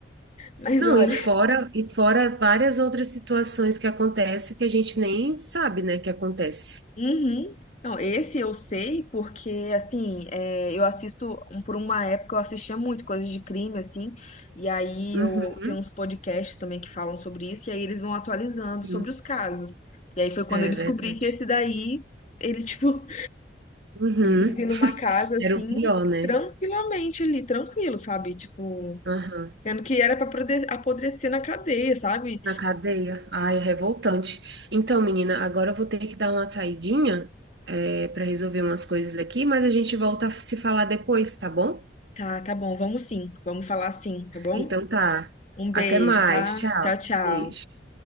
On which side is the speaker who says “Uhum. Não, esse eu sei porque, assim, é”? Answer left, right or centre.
Left